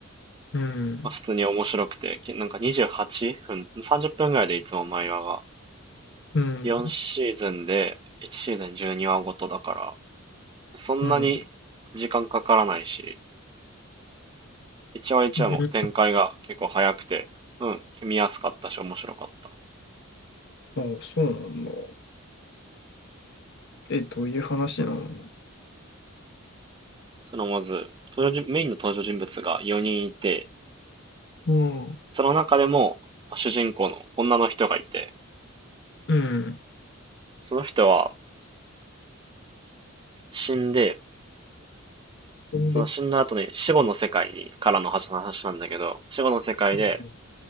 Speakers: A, on the left (about 55°); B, on the right (about 20°).
A: うん、
B: まあ、普通に面白くて、きなんか28分、30分ぐらいでいつも毎話が。
A: うん、
B: 4シーズンで、1シーズン12話ごとだから、そんなに時間かからないし、
A: うん。
B: 1話1話も展開が結構早くて、
A: うん
B: うん、見やすかったし面白かった。
A: あ、そうなんだ。え、どういう話なの
B: そのまず、登場人メインの登場人物が4人いて、
A: うん、
B: その中でも、主人公の女の人がいて、
A: うん、
B: その人は死んで、
A: なんだ。
B: その死んだ後に死後の世界に、からの話なんだけど、死後の世界で、
A: う